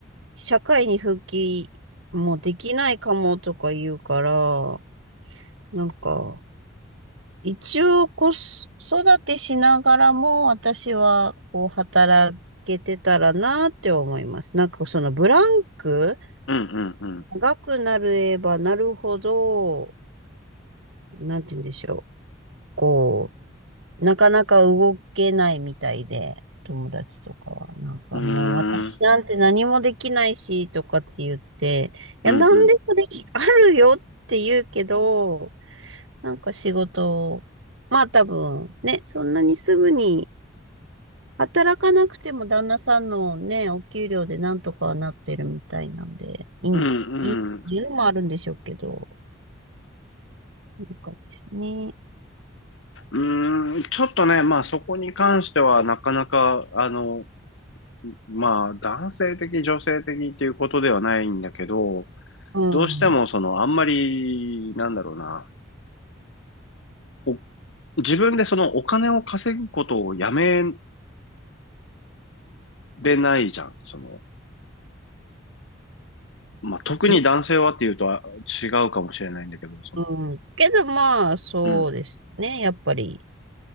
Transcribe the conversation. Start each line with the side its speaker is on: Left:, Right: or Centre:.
Right: 社会に復帰もできないかもとか言うから、なんか一応子育てしながらも私はこう働けてたらなって思います。なんかそのブランク
Left: うん、うん、うん、
Right: 長くなればなるほど、なんて言うんでしょう。こうなかなか動けないみたいで、友達とかは、なんかもう私なんて何もできないし、
Left: うん、
Right: とかって言って、いや、
Left: うん、
Right: 何でもでき、
Left: うん、
Right: あるよって言うけど、なんか仕事、まあ多分、ね、そんなにすぐに働かなくても旦那さんのね、お給料でなんとかはなってるみたいなんで、いい、
Left: うん、うん、
Right: いいっていうのもあるんでしょうけど、
Left: う
Right: なんかですね、
Left: ん、うんちょっとね、まあそこに関してはなかなか、あの、まあ男性的、女性的っていうことではないんだけど、
Right: うん。
Left: どうしてもその、あんまり、なんだろうな、お自分でそのお金を稼ぐことをやめれないじゃん、その、まあ、特に男性はっていうとは違うかもしれないんだけど、
Right: ん
Left: その、
Right: うん。けどまあ、そうですね。
Left: うん。
Right: やっぱり、